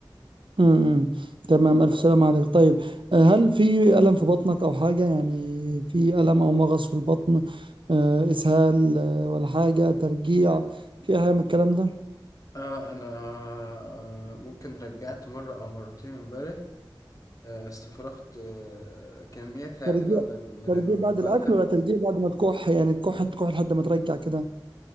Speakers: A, on the right; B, on the left.
A: امم أمم. تمام ألف سلام عليك طيب آه، هل في ألم في بطنك أو حاجة يعني في ألم أو مغص في البطن آه، إسهال آه، ولا حاجة ترجيع في أي حاجة من الكلام ده
B: آه انا آه ممكن رجعت مره او مرتين امبارح آه استفرغت آه كميات هائله
A: ترجيع
B: من ال- من
A: ترجيع بعد
B: البلغم
A: الأكل ولا ترجيع بعد ما تكح يعني تكح تكح لحد ما ترجع كده